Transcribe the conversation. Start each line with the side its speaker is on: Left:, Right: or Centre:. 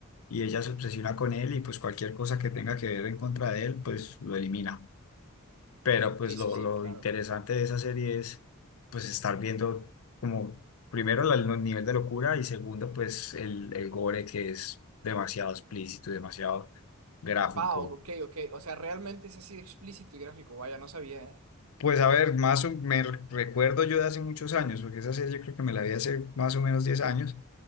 Left: y ella se obsesiona con él y, pues, cualquier cosa que tenga que ver en contra de él, pues, lo elimina. Pero pues
Right: Sí,
Left: lo,
Right: sí, sí,
Left: lo
Right: claro.
Left: interesante de esa serie es pues estar viendo como primero la- el no, nivel de locura y segundo pues el, el gore que es demasiado explícito y demasiado gráfico.
Right: Va, ok, ok. O sea, realmente es así explícito y gráfico. Vaya, no sabía, ¿eh?
Left: Pues a ver, más o- me re- recuerdo yo de hace muchos años, porque esa serie yo creo que me la vi hace más o menos 10 años,